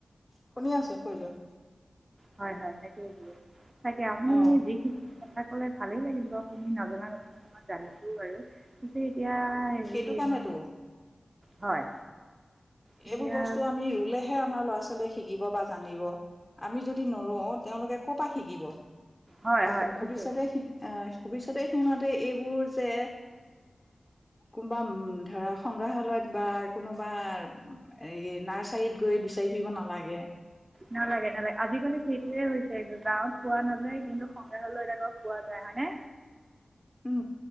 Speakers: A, on the left (about 15°); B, on the right (about 35°).
A: শুনি আছে কৈয় যোৱা
B: হয় হয় তাকেই তাকে
A: যোৱা
B: আপুনি যিখিন কথা লে ভালেই লাগিল বুলি তুমি নজনা তথা কিছুমান জানিছোও বাৰু কিন্তু এতিয়া হেৰি
A: সেইটো কাৰণেতো
B: উম, হয় এতিয়া
A: এইবোৰ বস্তু আমি ৰুলেহে আমাৰ ল'ৰা ছোৱালী শিকিব বা জানিব আমি যদি নৰো তেওঁলোকে ক' পৰা শিকিব
B: হয়
A: আ
B: হয়
A: ভৱিষ্যতে
B: ঠিকেই
A: অহ ভৱিষ্যতে সিহঁতে এইবোৰ যে কোনোবা ধৰা সংগ্ৰাহালয়ত বা কোনোবা এই নাৰ্চাৰীত গৈ বিচাৰি ফুৰিব নালাগে
B: নালাগে নালাগে আজিকালি সেইটোয়ে হৈছে গাঁৱত পোৱা নাযায় কিন্তু সংগ্ৰাহালয় লৈয় পোৱা যায়
A: <unintelligible>
B: হয়নে
A: উম